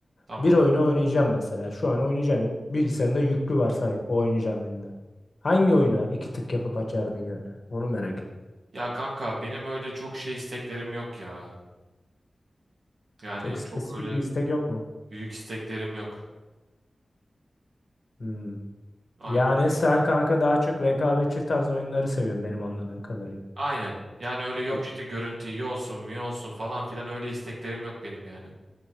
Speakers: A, on the right; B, on the left.
A: Tamam.
B: Bir oyunu oynayacağım mesela. Şu an oynayacağın bilgisayarında yüklü varsa o oynayacağın oyunda. Hangi oyuna iki tık yapıp açardın yani? Onu merak ediyorum.
A: Ya kanka benim öyle çok şey isteklerim yok ya. Yani
B: Çok spesifik
A: çok öyle
B: bir istek yok mu?
A: büyük isteklerim yok.
B: Hmm.
A: Aynen.
B: Yani sen kanka daha çok rekabetçi tarz oyunları seviyorsun benim anladığım kadarıyla.
A: Aynen. Yani öyle yok
B: Evet.
A: işte görüntü iyi olsun mu iyi olsun falan filan öyle isteklerim yok benim yani.